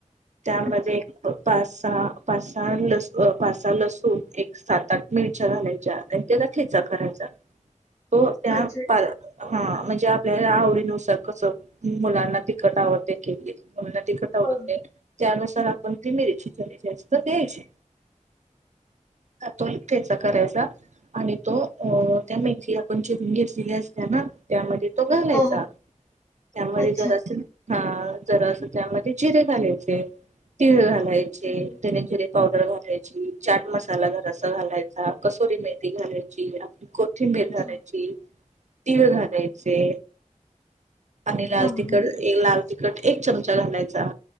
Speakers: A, on the right; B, on the left.
A: त्यामधे
B: अच्छा,
A: प-पाच सहा, पाच सहा लस अ पाच सहा लसूण एक सात आठ मिरच्या घालायच्या. अन त्याचा ठेचा करायचा तो त्या
B: अच्छा.
A: पाल हा म्हणजे आपल्या आवडीनुसार कसं, मुलांना तीखट आवडते की. मुलांना तिखट आवडत
B: हां,
A: नाही, त्यानुसार आपण ती मिरची कमी जास्त द्यायची. कातुल ठेचा करायचा, आणि तो अ त्या मे थी आपण चिरून घेतलेली असतीय ना. त्यामध्ये तो घालायचा
B: हां, हां.
A: त्यामध्ये
B: अच्छा.
A: जरास हा जरास त्यामध्ये जिरे घालायचे, तिळ घाला यचे,
B: हं.
A: धने जिरे पावडर घालायची. चाट मसाला जराचा घालायचा, कसोरी मेथी घालायची, आपली को थींबीर घालायची,
B: अच्छा.
A: तीळ घालायचे. आणि लाल
B: हां,
A: तिखट,
B: हां.
A: ए लाल तिखट एक चमचा घालायचा.